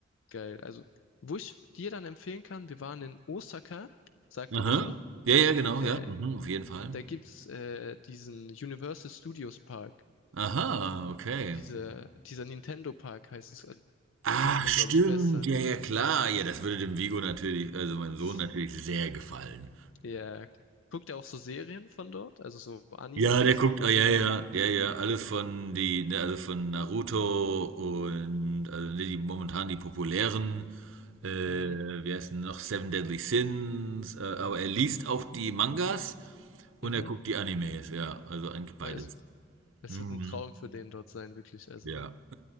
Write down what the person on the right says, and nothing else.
Aha.
Ja, ja, genau,
ja. Mhm, auf jeden Fall.
Aha, okay.
Ach,
stimmt.
Ja, ja, klar. Ja, das würde dem Vigo natürlich, also meinem
Sohn natürlich sehr gefallen.
Ja, der guckt, ah, ja, ja, ja, ja, alles von die, ne, also von Naruto und also ne, die momentan die populären, äh,
wie heißt denn noch, Seven Deadly Sins, äh, aber er liest auch die Mangas und
er guckt die Animes, ja, also eigentlich beides.
Mhm.
Ja.